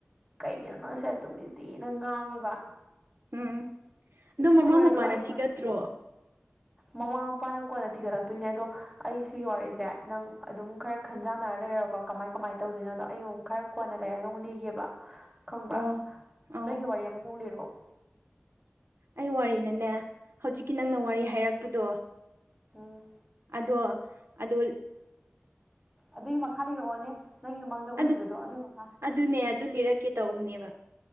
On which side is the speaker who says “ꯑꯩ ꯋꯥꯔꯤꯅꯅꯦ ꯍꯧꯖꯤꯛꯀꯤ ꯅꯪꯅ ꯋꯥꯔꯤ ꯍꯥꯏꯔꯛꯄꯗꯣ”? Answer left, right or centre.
Right